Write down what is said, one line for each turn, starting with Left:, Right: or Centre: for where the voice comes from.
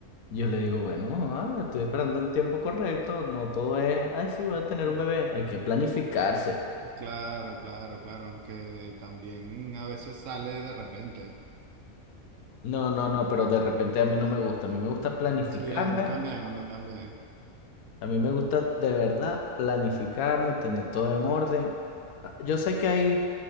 Left: Yo le digo, bueno, mamá, estoy esperando el tiempo correcto, no todo es, ay, sí, voy a tener
Right: <laughs>
Left: un bebé, hay que planificarse.
Right: Claro, claro, claro. Aunque también a veces sale de repente.
Left: No, no, no, pero de repente a mí no me gusta, a mí me gusta planificarme
Right: Sí, a mí también, a mí también.
Left: A mí me gusta de verdad planificarme, tener todo en orden. Ah, Yo sé que hay,